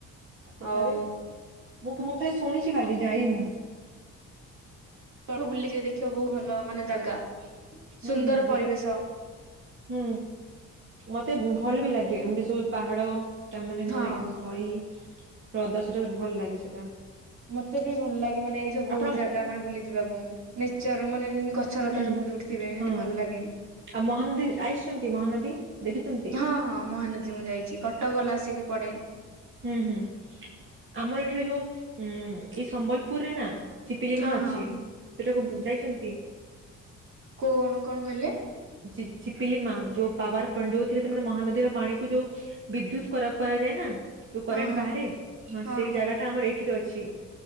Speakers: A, on the right (about 40°); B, on the right (about 65°).
A: ସେଠାରେ
B: ଆଉ
A: ମୁଁ କ୍ ମୁଁ ଖାଲି ଶୁଣିଚି ଖାଲି ଯାଇନି।
B: ତୁ ବୁଲିଯିବେ ଦେଖିବା ବହୁତ ଭଲ ମାନେ ଜାଗା ସୁନ୍ଦର
A: ହୁଁ ହୁଁ ଯିବା
B: ପରିବେଶ
A: ହୁଁ ମତେ ଭଲ ବି ଲାଗେ ଏମିତି ସବୁ ପାହାଡ ତା ମାନେ
B: ହଁ।
A: ନଈ ନଈ ହ୍ରଦ ସେଟା ଭଲ ଲାଗେ ସେଟା
B: ମତେ ବି ଭଲ ଲାଗେ ମାନେ ଏଇ ସବୁ
A: ଆପଣ
B: ଜାଗା ମାନେ ବୁଲି ଯିବାକୁ। ନେଚର ମାନେ ଯେମିତି ଗଛ
A: ହୁଁ
B: ଲତା ସବୁ ଯୋଉଠି ଥିବେ ସେଠି
A: ହୁଁ
B: ଭଲ ଲାଗେ।
A: ଆଉ ମହାନଦୀ ଆଇସଛନ୍ତି ମହାନଦୀ? ଦେଖିଛନ୍ତି?
B: ହଁ ହଁ ମହାନଦୀ ମୁଁ ଯାଇଛି। କଟକ ଗଲା ଆସିକି ପଡେ।
A: ହୁଁ ହୁଁ ଆମର ଏଠିରେ ଯୋଉ ଉମ୍ ଏଇ ସମ୍ବଲପୁରରେ ନା? ଚିପିଲିମା
B: ହଁ
A: ଅଛି।
B: ହଁ
A: ସେଠାକୁ ବ ଯାଇଛନ୍ତି।
B: କୋଣ କଣ କହିଲେ?
A: ଚି ଚିପିଲି ମାଁ ଯୋଉ ପାୱାର ପଏଣ୍ଟ ଯୋଉଥିରେ ତ ମାନେ ମହା ନଦୀର ପାଣିକୁ ଯୋଉ ବିଦ୍ୟୁତ୍ କରା କରା ଯାଏନା? ଯୋଉ କରେଣ୍ଟ
B: ହଁ ହଁ
A: ବାହାରେ? ଆ
B: ହଁ
A: ସେଇ ଜାଗା ଟା ଆମର ଏଇଠିରେ ଅଛି।